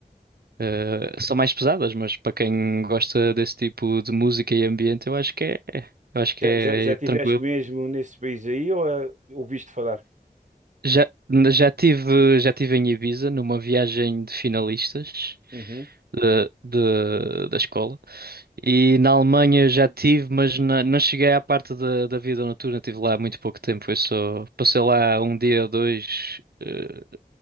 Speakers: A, on the right (about 80°); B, on the right (about 50°).
A: Eh, são mais pesadas, mas para quem gosta desse tipo de música e ambiente, eu acho que é, é- eu acho que
B: Já,
A: é
B: já, já
A: é
B: tiveste
A: tranquilo.
B: mesmo nesse país aí ou ah, ouviste falar?
A: Já, já tive, já tive em Ibiza numa viagem de finalistas
B: Uhum.
A: de, de- da escola e na Alemanha já tive, mas na- não cheguei à parte da, da vida noturna, tive lá muito pouco tempo, foi só passei lá um dia ou dois, eh,